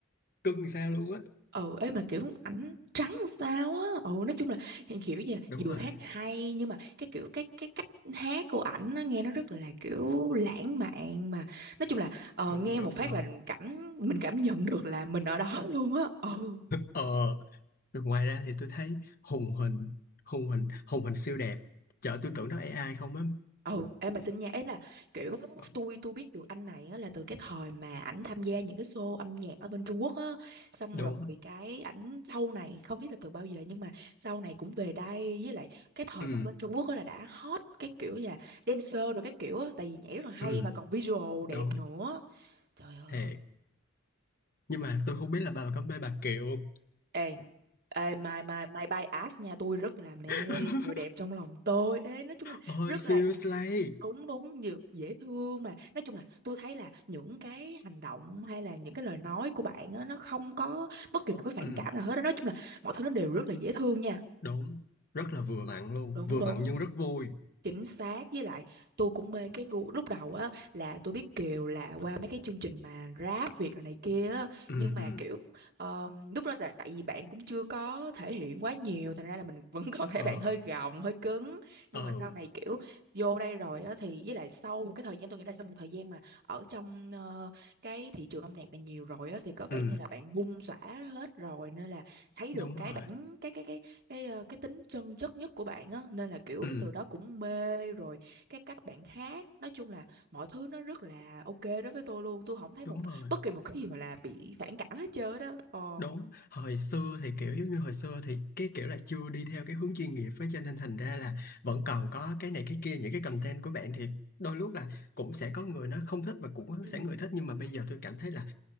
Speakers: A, on the left; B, on the right.
A: cưng sao luôn á.
B: ừ ấy mà kiểu ảnh trắng sao á ừ nói chung là hiện kiểu như là
A: Đúng
B: vừa
A: rồi,
B: hát hay nhưng mà cái kiểu cái cái cách hát của ảnh nó nghe nó rất là kiểu lãng mạn mà nói chung là ờ,
A: đúng
B: nghe
A: đúng
B: một phát
A: đúng.
B: là cảm mình cảm nhận được là mình ở đó luôn á ừ
A: Ờ, rồi ngoài ra thì tôi thấy hùng hình, hùng hình, hùng hình siêu đẹp. Chợ tôi tưởng nó AI không á.
B: ừ em mà xin nha ấy là kiểu
A: Ờ,
B: tôi tôi biết được anh này á, là từ cái thời mà ảnh tham gia những cái show âm nhạc ở bên Trung Quốc á xong
A: Đúng,
B: rồi cái ảnh sau này không biết là từ bao giờ nhưng mà sau này cũng về đây với lại cái thời
A: ừ,
B: mà ở bên Trung Quốc á là đã hot cái kiểu là dancer rồi cái kiểu á tại vì nhảy rất là hay
A: ừ,
B: mà còn visual đẹp
A: đúng,
B: nữa trời ơi
A: thiệt. Nhưng mà tôi không biết là bà có mê bà Kiều không?
B: ê ê my my my bias nha tôi rất là mê
A: <laughs>
B: người đẹp trong lòng tôi ê nói chung là
A: Ôi,
B: rất
A: siêu
B: là
A: slay.
B: đúng đúng nhiều dễ thương mà nói chung là tôi thấy là những cái hành động hay là những cái lời nói của bạn á nó không có bất kỳ một cái phản
A: Ừ,
B: cảm nào hết á. nói chung là mọi thứ nó đều rất là dễ thương nha
A: đúng, rất là vừa vặn luôn,
B: đúng
A: vừa
B: đúng
A: vặn nhưng rất vui.
B: chính xác với lại tôi cũng mê cái gu lúc đầu á là tôi biết Kiều là qua mấy cái chương trình mà rap Việt rồi này kia á
A: Ừ,
B: nhưng mà
A: ừ,
B: kiểu ờm, lúc đó là tại vì bạn cũng chưa có thể hiện quá nhiều thành ra là mình vẫn <laughs> còn thấy
A: ờ,
B: bạn hơi gồng hơi cứng
A: ờ,
B: nhưng mà sau này kiểu vô đây rồi á thì với lại sau một cái thời gian tôi nghĩ là sau một thời gian mà ở trong ờ, cái thị trường âm nhạc này nhiều rồi á thì có vẻ
A: ừ,
B: như là bạn bung xõa hết rồi nên là thấy
A: đúng
B: được cái
A: rồi,
B: bản cái cái cái cái ờ, cái tính chân chất nhất của bạn á nên là kiểu
A: ừ,
B: từ đó cũng mê rồi cái cách bạn hát nói chung là mọi thứ nó rất là ok đối với tôi luôn tôi không thấy
A: đúng
B: một
A: rồi.
B: bất kỳ một cái gì mà là bị phản cảm hết trơn á đó ồ
A: Đúng, hồi xưa thì kiểu giống như hồi xưa thì cái kiểu là chưa đi theo cái hướng chuyên nghiệp với cho nên thành ra là vẫn còn có cái này cái kia những cái content của bạn thì đôi lúc là cũng sẽ có người nó không thích và cũng có
B: Ừ.
A: sẽ người thích nhưng mà bây giờ tôi cảm thấy là